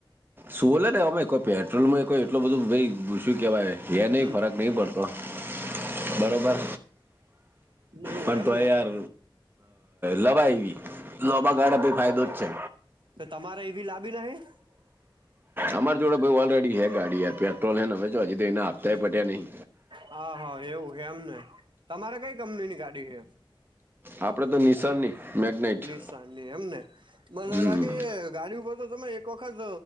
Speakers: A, on the right (about 25°); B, on the right (about 65°).
A: સોલર એમા કોઈ પેટ્રોલ માં કોઈ એટલું બધો શું કેહેવાય
B: હમ
A: ફરક નહી પડતો. તો બરાબર
B: એવું
A: પણ
B: એમ
A: તો
B: ને
A: યાર લવાય
B: હમ
A: એવી લાંબા ગાળે ફાયદો જ છે.
B: તો તમારે એવી લાવવી નથી.
A: અમારી જોડે ભાઈ ઓલરેડી છે ગાડી પેટ્રોલ હવે તો આપતા પણ નથી.
B: હા હા એવું છે એમને તમારે કઈ કંપની ની ગાડી છે.
A: આપડે તો નિશાનની <unintelligible> મેગ્નેટ
B: નિશાનની એમને મને
A: હમ
B: લાગે ગાડી ઉપર તો તમે એક વખત